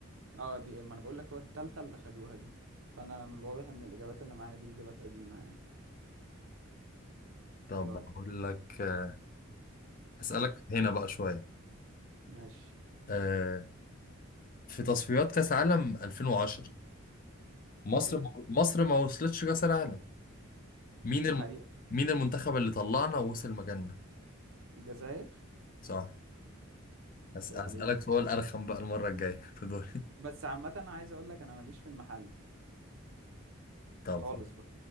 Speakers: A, on the right (about 70°); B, on the left (about 40°).
A: اه دي ما انا بقول لك هو التالتة اللي خدوها دي فانا من الواضح ان الإجابات اللي معايا دي إجابات قديمة يعني
B: طب
A: طيب
B: هقول لك آه أسألك
A: قول
B: هنا بقى شوية
A: ماشي
B: آه في تصفيات كأس عالم 2010 مصر
A: اوكي
B: مصر ما وصلتش كأس العالم مين
A: دي
B: الم...
A: حقيقة
B: مين المنتخب اللي طلعنا ووصل مكاننا
A: الجزائر
B: صح هس...
A: عيب
B: هسألك
A: عليك
B: سؤال أرخم بقى المرة الجاية في دول
A: بس عامة أنا عايز اقول لك انا ماليش في المحلي
B: <laughs> طب
A: خالص
B: خلاص
A: بقى